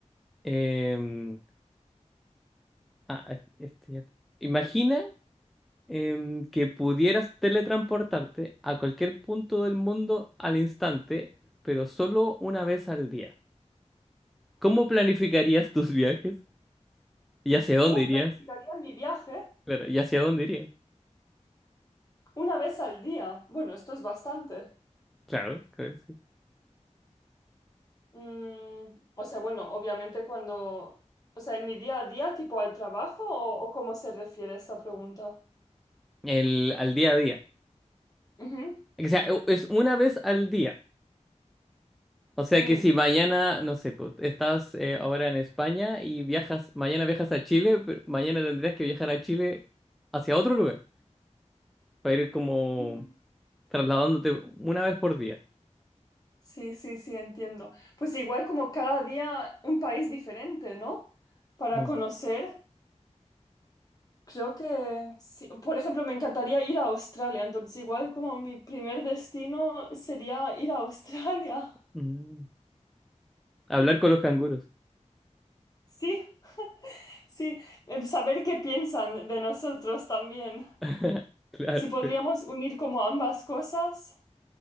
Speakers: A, in the centre; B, on the left.
A: Em, ah, es- este ya- Imagina em, que pudieras teletransportarte a cualquier punto del mundo al instante, pero solo una vez al día. ¿Cómo planificarías tus viajes? ¿Y hacia dónde
B: ¿Cómo
A: irías?
B: planificaría mi viaje?
A: Claro, ¿y hacia dónde irías?
B: Una vez al día. Bueno, esto es bastante.
A: Claro, claro, sí.
B: Mm, o sea, bueno, obviamente cuando... O sea, en mi día a día, tipo al trabajo, o, o cómo se refiere esta pregunta.
A: El, al día a día.
B: Ujú,
A: O sea, u- es una vez al día. O sea
B: mm,
A: que si mañana, no sé, pues, estás eh, ahora en España y viajas, mañana viajas a Chile, pero mañana tendrías que viajar a Chile hacia otro lugar, para ir como
B: ujú.
A: trasladándote una vez por día.
B: Sí, sí, sí, entiendo. Pues igual como cada día un país diferente, ¿no? Para
A: Mm.
B: conocer. Creo que, sí. Por ejemplo, me encantaría ir a Australia, entonces igual como mi primer destino sería ir a Australia. <laughs>
A: Mm. Hablar con los canguros.
B: Sí, sí, Em, saber qué piensan de nosotros también.
A: <laughs> Claro,
B: Si podríamos
A: claro.
B: unir como ambas cosas.